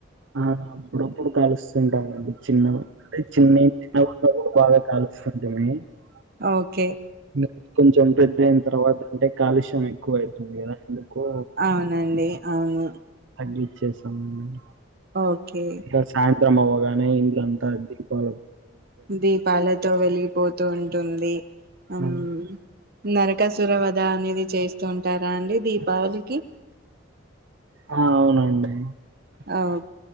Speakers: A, on the right; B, on the right.
A: ఆ అప్పుడప్పుడు కాలుస్ తుంటామండి చిన్న అంటే చిన్నవి చిన్నగున్నప్పుడు బాగా కాలుస్తు ఎమన్నవ్
B: ఓకే
A: కొంచెం పెద్ద అయిన తర్వాత అంటే కాలుష్ యం ఎక్కువ అవుతుంది కదా అందుకు
B: అవునండి అవును
A: అ ఇచ్చేస్తామండి
B: ఓకే
A: ఇంకా సాయంత్రం అవ్వగానే ఇల్లాంతా అద్ ప
B: దీపాలతో వెలిగిపోత్ తూ ఉంటుంది అమ్
A: అవును
B: నరకాసుర వధ అనేది చేస్తూ ఉంటారా అండి. దీపావళికి
A: ఆ అవునండి.
B: ఆ ఓ